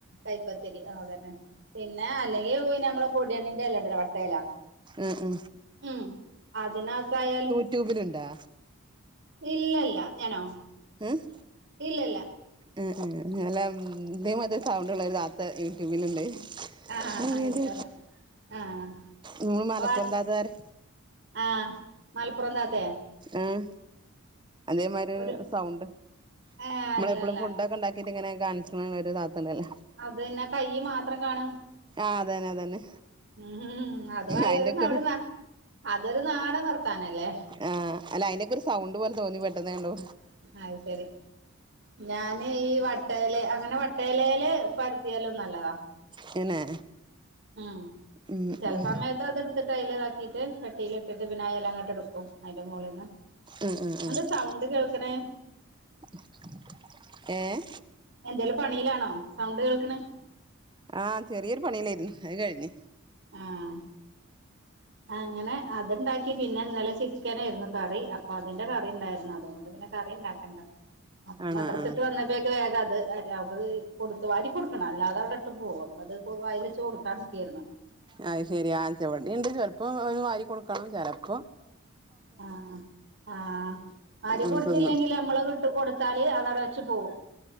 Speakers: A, on the right; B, on the right.
A: ട്ടിപ്പത്തിരി ആഹ് അതന്നെ പിന്നെ അല്ലെങ്കി പിന്നെ നമ്മളെ പൊടെന്നെ <unintelligible> വട്ടല
B: ആഹ്
A: ഉം അതിനകത്ത ആയാലും
B: ട്യൂബിലുണ്ടോ
A: ഇല്ലല്ല ഞാനോ?
B: ഏഹ്
A: ഇല്ലല്ല
B: ഉം ഉം ങ്ങലം ഇതേ മാര്തെ സൗണ്ട്ള്ള ഒരു താത്ത യൂട്യൂബിലുണ്ട്
A: ആഹ്
B: അഹ് ഏത്
A: ഇല്ലല്ല ആഹ്
B: മ്മ മലപ്പുറം
A: വ
B: താത്തരെ
A: ആഹ് മലപ്പുറന്താത്തെ
B: ആഹ അതേമാരി
A: ഒരു
B: സൗണ്ട്
A: ഏഹ്
B: നമ്മളെപ്പോഴും
A: അല്ലല്ല
B: ഫുഡക്കെ ണ്ടാക്കിട്ട്ങ്ങനെ കാണിച്ച്ണ ഒരാത്തണ്ടല്ലേ
A: അതെന്നെ കൈ മാത്രം കാണും
B: ആഹ് അതന്നെ അതന്നെ
A: ഉംം അത്
B: അയിന്റെക്കെ
A: അവിടെ
B: ഒരു
A: അതൊരു നാടൻ വർത്താനല്ലേ
B: ആഹ് അല്ല അതിനൊക്കെ ഒരു സൗണ്ട് പോലെ തോന്നി പെട്ടന്ന കണ്ടോ
A: അത് ശരി ഞാൻ ഈ വട്ടയില അങ്ങനെ വട്ടയിലേല് പരത്തിയാലോ നല്ലതാ
B: പിന്നെ
A: ഉം
B: ഉം
A: ചില
B: ഉം
A: സമയത്ത് അതെടുത്ത് <unintelligible> ചട്ടിൽ ഇട്ടിട്ട് പിന്നെ ആഹ് ഇല അങ്ങട്ട്എടുക്കും അയ്ന്റെ മോളീന്ന്
B: ആഹ് ആഹ്
A: എന്ത
B: ആഹ്
A: സൗണ്ട് കേൾക്ണേ
B: <inaudible> ഏഹ്
A: എന്തെലും പണിയിലാണോ സൗണ്ട് കേൾക്ണ്
B: ആഹ് ചെറിയൊരു പണിയിലായിരുന്നു അത് കഴിഞ്ഞ്
A: ആഹ് അങ്ങനെ അത്ണ്ടാക്കി പിന്നെ ഇന്നലെ ചിക്കനായിയിരുന്നു കറി അപ്പൊ അതിന്റെ കറി ഉണ്ടായിരുന്നു അതുകൊണ്ട് പിന്നെ- കറി ഉണ്ടാക്കേണ്ടത് അപ്പൊ
B: ആണോ
A: മദ്രസ
B: ആഹ്
A: വിട്ട് വന്നപ്പോഴേക്ക് വേഗം അത്- അത് കൊടുത്തു വാരി കൊടുക്കണം അല്ലാതെ അവിടെ ഇട്ട് പോകും അ അത് അതിൽ വായിൽ വച്ച് കൊടുക്കാൻ നിക്കായിരുന്നു
B: അത് ശെരി ഇവിടെ ഉണ്ട് ചിലപ്പോൾ ഒരു വരി കൊടുക്കണം ചിലപ്പോൾ
A: ആഹ ആഹ് വാരി
B: ഉം
A: കൊടുത്തില്ലെങ്കിൽ
B: തിന്നും
A: നമ്മള് വിട്ടുകൊടുത്താൽ അത് അവിടെ വെച്ച് പോകും